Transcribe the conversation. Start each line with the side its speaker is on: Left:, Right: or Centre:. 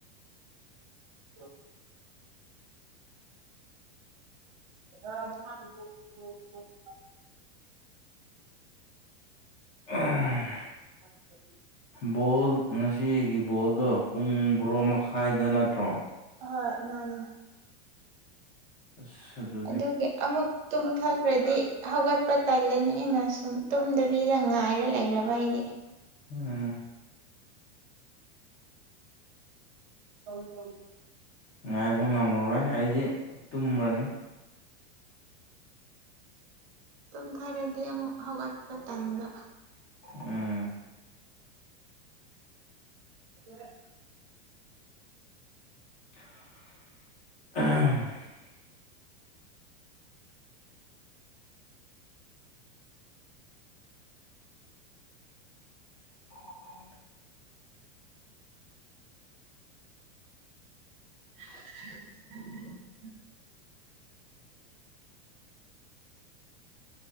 Right: <unintelligible> <unintelligible>
Left: <unintelligible>
Right: <unintelligible>
Left: ꯕꯣꯜ ꯉꯁꯤꯒꯤ ꯕꯣꯜꯗꯣ ꯄꯨꯡ ꯕꯣꯔꯣ ꯃꯈꯥꯏꯗ ꯅꯠꯇ꯭ꯔꯣ
Right: ꯍꯣꯏ ꯃꯥꯅꯦ
Left: ꯑꯁ ꯑꯗꯨ
Right: ꯑꯗꯨꯒꯤ ꯑꯃꯨꯛ ꯇꯨꯝꯊꯠ ꯈ꯭ꯔꯗꯤ ꯍꯧꯒꯠꯄ ꯇꯜꯂꯅꯦꯅ ꯁꯨꯝ ꯇꯨꯝꯗꯕꯤꯗ ꯉꯥꯏꯔ ꯂꯩꯔꯕ ꯑꯩꯗꯤ
Left: ꯎꯝ
Right: <unintelligible>
Left: ꯉꯥꯏꯕ ꯉꯝꯃꯔꯣꯏ ꯑꯩꯗꯤ ꯇꯨꯝꯔꯅꯤ
Right: ꯇꯨꯝꯊꯔꯗꯤ ꯑꯃꯨꯛ ꯍꯧꯒꯠꯄ ꯇꯟꯕ
Left: ꯎꯝ
Right: <unintelligible>
Left: <unintelligible> <unintelligible>
Right: <unintelligible>